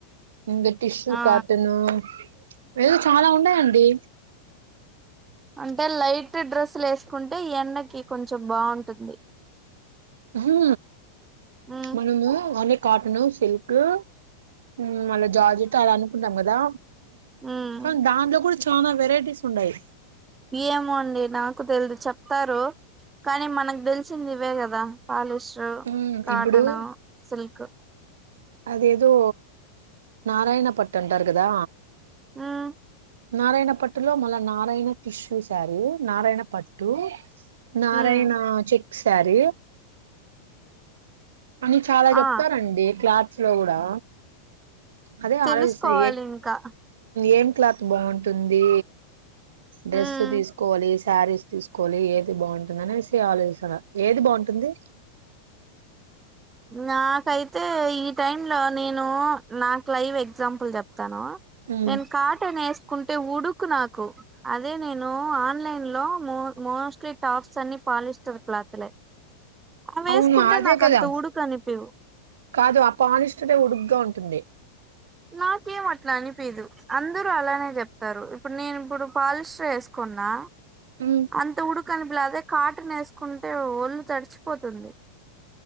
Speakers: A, on the right (about 60°); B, on the right (about 15°).
A: ఇంక టిష్యూ
B: ఆ
A: కాటనూ లేదు చాలా ఉన్నాయండి
B: అంటే లైట్ డ్రెస్సులేసుకుంటే ఎండకి కొంచెం బాగుంటుంది
A: ఉహూ
B: ఉమ్
A: మనము అని కాటను సిల్క్ ఉమ్ మళ్ళా జార్జట్ అలా అనుకుంటాం కదా
B: ఉమ్
A: కానీ దాంట్లో కూడా చ్ చానా వెరైటీస్ ఉండాయి
B: ఏమో అండి నాకు తెలిదు చెప్తారు కానీ మనకు తెలిసింది ఇవే కదా పాలిష్ ర్
A: మ్మ్
B: కాటను
A: ఇప్పుడు
B: సిల్క్
A: అదేదో నారాయణ పట్టంటారుకదా
B: ఉమ్
A: నారాయణ పట్టులో మల్ల నారాయణ టిష్యూ శారీ నారాయణ పట్టు నారాయణ
B: ఉమ్
A: చె సారీ అని చాలా చెప్తారంండి
B: ఆ
A: క్లా లో కూడా అదే
B: తెలుసుకోవాలి
A: ఆలోచిస్తున్న ఏం
B: ఇంకా
A: ఏం క్లాత్త బాగుంటుంది డ్రెస్
B: ఉమ్
A: తీసుకోవాలి శారీస్ తీసుకోవాలి ఏది బాగుంటుంద అనేసి ఆలోస్తూండ ఏది బాగుంటుంది
B: నాకైతే ఈ టైమ్ లో నేను నాకు లైవ్ ఎగ్జాంపుల్ చెప్పు ాను
A: ఉమ్,
B: నేను కాటన్ వేసుకుంటే ఊడుకు నాకు అదే నేను ఆన్లైన్ లోో మోస్ట్లీ టాప్స్ అన్ని పాలిస్టర్ క్లాత్లే అ వేసుకుంటే
A: అవును అదే
B: నాక
A: కదా
B: అంత ఉడుకు అనిపివు
A: కాదు ఆ పాలిస్టర్ ఉడుకుగా ంది
B: నాకేం అట్లా అనిపీదు అందరూ అలానే చెప్తారు ఇప్పుడు నేను ఇప్పుడు పాలిష్ర్ వేసుకున్నా
A: ఉమ్,
B: అంత ఉడుకు <unintelligible> కాటన్ వేసుకుంటే ఒళ్ళు తడిచిపోతుంది